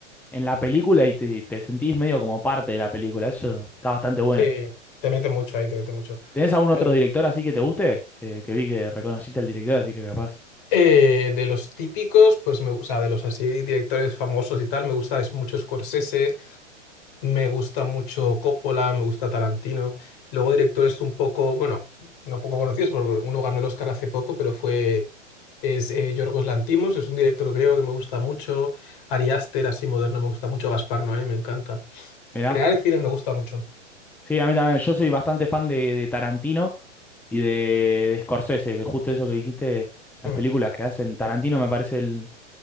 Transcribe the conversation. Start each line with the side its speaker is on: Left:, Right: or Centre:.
Centre: en la película y te, te sentís medio como parte de la película, eso está bastante bueno.
Left: Sí, te mete mucho ahí, te mete mucho.
Centre: ¿Tenés algún
Left: Ay,
Centre: otro director así que te guste? Que, que vi que reconociste al director, así que capaz.
Left: eh, de los típicos, pues me, gu- o sea, de los así directores famosos y tal, me gusta es mucho Scorsese, Me gusta mucho Coppola, me gusta Tarantino. Luego directores un poco, bueno, no poco conocidos, porque uno ganó el Oscar hace poco, pero fue, es eh, Yorgos Lanthimos, es un director creo que me gusta mucho. Ari Aster, así moderno, me gusta mucho. Gaspar Noé, me encanta.
Centre: Mirá.
Left: En general el cine me gusta mucho.
Centre: Sí, a mí también. Yo soy bastante fan de, de Tarantino y de, de Scorsese, que justo eso que dijiste, las
Left: Mm.
Centre: películas que hacen. Tarantino me parece el